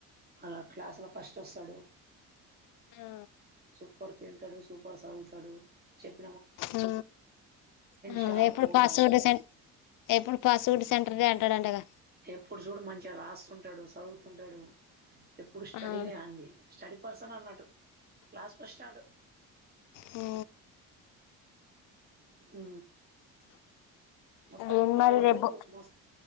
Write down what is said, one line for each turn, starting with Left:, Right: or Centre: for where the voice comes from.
Right: అలా క్లాస్లో ఫస్ట్ వస్తాడు
Left: ఆ
Right: సూపర్ తింటాడు సూపర్ సదువుతాడు చెప్
Left: అ అ
Right: షార్ప్
Left: ఎప్పుడు
Right: ఉంటుంది
Left: పాస్వడ్ సె ఎప్పుడు పాస్వడ్ సెంటర్ది అంటడు అంటగా
Right: ఎప్పుడు చూడు మంచిగా రాస్తుంటాడు చదువుతుంటడు ఎప్పుడు స్టడీనే
Left: ఆ
Right: అంది స్టడీ పర్సన్ అన్నట్టు క్లాస్ ఫస్ట్ ఆడు
Left: ఊ
Right: ఊ మొత్తానికి
Left: ఏం
Right: మా
Left: మరి
Right: వోడు
Left: రేపు
Right: మస్త్